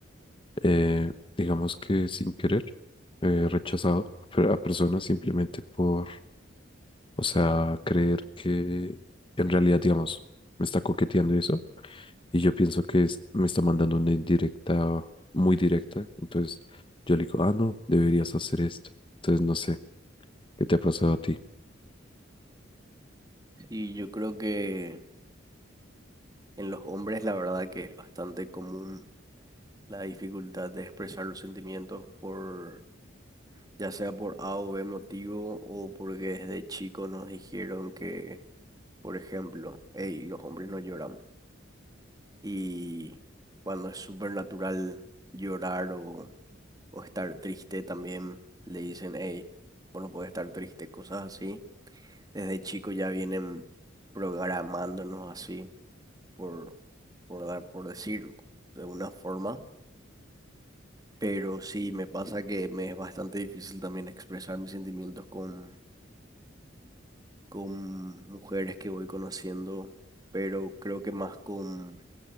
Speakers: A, on the left; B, on the right.
A: eh, digamos que sin querer, he rechazado a per- a personas simplemente por, o sea, creer que en realidad, digamos, me está coqueteando y eso. Y yo pienso que es- me está mandando una indirecta, muy directa. Entonces yo le digo, ah, no, deberías hacer esto. Entonces no sé, ¿qué te ha pasado a ti?
B: Sí, yo creo que en los hombres la verdad que es bastante común la dificultad de expresar los sentimientos por, ya sea por A o B motivo o porque desde chico nos dijeron que, por ejemplo, hey, los hombres no lloran. Y cuando es súper natural llorar o, o estar triste también le dicen, hey, vos no podés estar triste, cosas así. desde chico ya vienen programándonos así, por, por dar, por decir de una forma. Pero sí, me pasa que me es bastante difícil también expresar mis sentimientos con, con mujeres que voy conociendo, pero creo que más con,